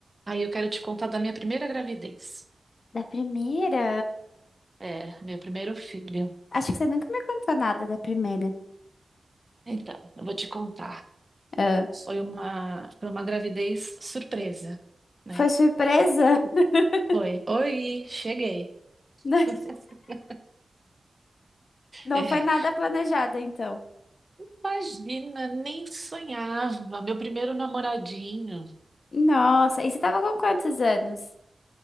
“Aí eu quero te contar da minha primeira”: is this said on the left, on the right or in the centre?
Right